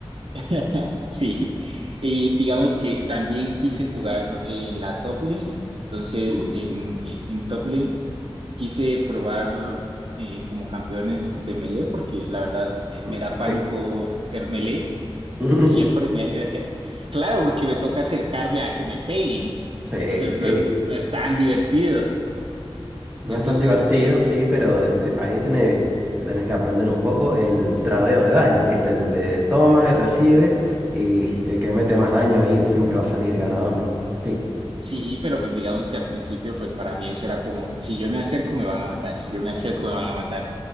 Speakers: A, on the right; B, on the right.
A: <laughs> Sí, y digamos que también quise jugar en la top lane, entonces
B: Mm,
A: en, en- en top lane quise probar eh, como campeones de melee, porque la verdad eh,
B: mm,
A: me da pánico
B: sí.
A: ser melee,
B: <laughs>
A: siempre me... <laughs> claro, porque me toca acercarme a que me peguen,
B: Sí, eh.
A: entonces no es, no es tan divertido.
B: No
A: Entonces,
B: es tan divertido,
A: eh,
B: sí, pero en- ahí tenés, tenés que aprender un poco el tradeo de daño, ¿viste? El de toma y recibe y
A: eh,
B: el que mete más daño ahí siempre va a salir ganador, ¿no? Sí.
A: sí, pero pues digamos que al principio, pues para mí eso era como, si yo me acerco me van a matar, si yo me acerco me van a matar.